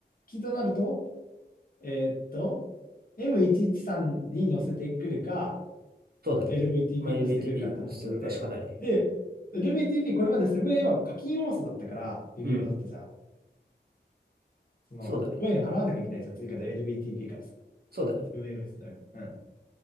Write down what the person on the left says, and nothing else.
期となると、えーっと、M113 に乗せてくるか、
LVTP
に乗せてくるかって話になって、
で、LVTP これまでセブン a は課金要素だったから、微妙だったじゃん。
その、
5円払わなきゃいけないじゃん、追加で LVTP からさ、
セブン a のように。